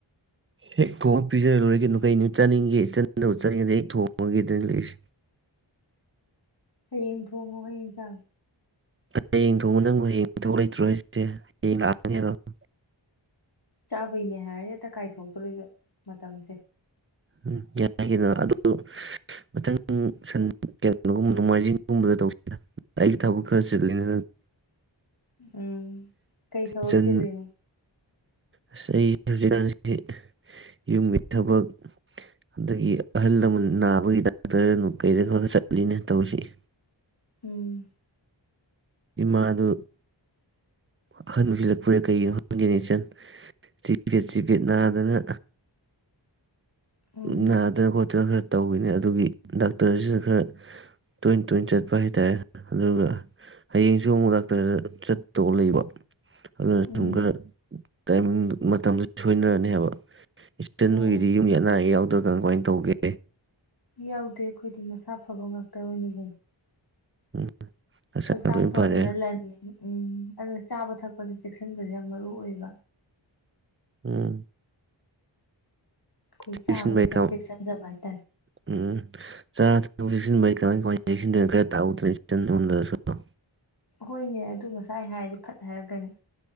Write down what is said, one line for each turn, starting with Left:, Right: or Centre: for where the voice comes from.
Right: ꯍꯦꯛ ꯊꯣꯡꯉ ꯄꯤꯖꯔ ꯂꯣꯏꯔꯒꯦꯅꯨ ꯀꯩꯅꯣ ꯆꯥꯅꯤꯡꯒꯦ ꯆꯗꯕ ꯆꯠꯅꯤꯡꯉꯗꯤ ꯑꯩ ꯊꯣꯡꯉꯒꯦꯗꯅ ꯂꯩꯔꯤꯁꯦ
Left: ꯍꯌꯦꯡ ꯊꯣꯡꯉꯣ ꯍꯌꯦꯡꯁꯥꯡ
Right: ꯍꯌꯦꯡ ꯊꯣꯡꯉ ꯅꯪꯕꯨ ꯍꯌꯦꯡꯊꯣꯛ ꯂꯩꯇ꯭ꯔꯣ ꯍꯥꯏꯁꯦ ꯍꯌꯦꯡ ꯂꯥꯛ <unintelligible>
Left: ꯆꯥꯕꯩꯅꯦ ꯍꯥꯏꯔꯗꯤ ꯑꯇ ꯀꯥꯏꯊꯣꯛꯇꯣꯔꯤꯕ ꯃꯇꯝꯁꯦ
Right: ꯎꯝ ꯌꯥꯏꯒꯤꯅ ꯑꯗꯨ ꯃꯊꯪ ꯁꯟ ꯀꯨꯝꯕ ꯅꯣꯡꯃꯥꯏꯖꯤꯡꯒꯨꯝꯕꯗ ꯇꯧꯁꯤ ꯑꯩꯒꯤ ꯊꯕꯛ ꯈꯔ ꯆꯠꯂꯤꯅꯤ
Left: ꯎꯝ ꯀꯩ ꯊꯕꯛ
Right: ꯀꯤꯆꯟ
Left: ꯆꯤꯜꯂꯤꯅꯣ
Right: ꯑꯁ ꯑꯩ ꯍꯧꯖꯤꯛꯀꯥꯟꯁꯤꯗꯤ ꯌꯨꯝꯒꯤ ꯊꯕꯛ ꯑꯗꯒꯤ ꯑꯍꯜ ꯂꯃꯟ ꯅꯥꯕꯒꯤ ꯗꯥꯛꯇꯔ ꯀꯩꯗꯅꯣ ꯈꯔ ꯆꯠꯂꯤꯅꯦ ꯆꯠꯂꯤꯅꯦ
Left: ꯎꯝ
Right: ꯏꯃꯥꯗꯨ ꯑꯍꯟ ꯑꯣꯏꯁꯤꯜꯂꯛꯄꯨꯔ ꯀꯩꯒꯤꯅꯦ <unintelligible> ꯆꯤꯄꯦꯠ ꯆꯤꯕꯦꯠ ꯅꯥꯗꯅ
Left: ꯎꯝ
Right: ꯅꯥꯗꯅ ꯈꯣꯠꯇꯅ ꯈꯔ ꯇꯧꯋꯤꯅꯦ ꯑꯗꯨꯒꯤ ꯗꯥꯛꯇꯔꯁꯤꯅ ꯈꯔ ꯇꯣꯏ ꯇꯣꯏ ꯆꯠꯄ ꯍꯥꯏꯇꯥꯔꯦ ꯑꯗꯨꯒ ꯍꯌꯦꯡꯁꯨ ꯑꯃꯨꯛ ꯗꯥꯛꯇꯔꯗ ꯆꯠꯇꯧ ꯂꯩꯕ ꯑꯗꯨꯅ
Left: ꯎꯝ
Right: ꯁꯨꯝ ꯈꯔ ꯇꯥꯏꯃꯤꯡ ꯃꯇꯝꯗꯨ ꯁꯣꯏꯅꯔꯅꯦꯕ ꯏꯁꯇ <unintelligible>
Left: ꯑꯣ
Right: ꯁꯤ ꯌꯨꯝꯒꯤ ꯑꯅꯥ ꯑꯌꯦꯛ ꯌꯥꯎꯗ꯭ꯔꯀ ꯀꯃꯥꯏꯅ ꯇꯧꯒꯦ
Left: ꯌꯥꯎꯗꯦ ꯑꯩꯈꯣꯏꯗꯤ ꯃꯁꯥ ꯐꯕ ꯉꯥꯛꯇ ꯑꯣꯏꯅ ꯂꯩ
Right: ꯎꯝ
Left: ꯍꯛꯆꯥꯡ
Right: ꯂꯣꯏ
Left: ꯐꯕꯅ
Right: ꯐꯔꯦ
Left: ꯂꯟꯅꯤ ꯎꯝ ꯑꯗꯨꯅ ꯆꯥꯕ ꯊꯛꯄꯗ ꯆꯦꯛꯁꯤꯟꯕꯁꯦ ꯌꯥꯝ ꯃꯔꯨ ꯑꯣꯏꯕ
Right: ꯎꯝ
Left: ꯑꯩꯈꯣꯏ
Right: <unintelligible>
Left: ꯆꯥꯕꯗ ꯈꯔ ꯆꯦꯛꯁꯤꯟꯖꯕ ꯍꯥꯏꯇꯥꯔꯦ
Right: ꯎꯝ ꯆꯥ ꯊ ꯆꯦꯛꯁꯤꯟꯕꯩ ꯀꯃꯥꯏ ꯀꯃꯥꯏ ꯆꯦꯛꯁꯤꯟꯗꯣ <unintelligible>
Left: ꯍꯣꯏꯅꯦ ꯑꯗꯨ ꯉꯁꯥꯏ ꯍꯥꯏꯔꯗꯤ ꯐꯠ ꯍꯥꯏꯔꯛꯀꯅꯤ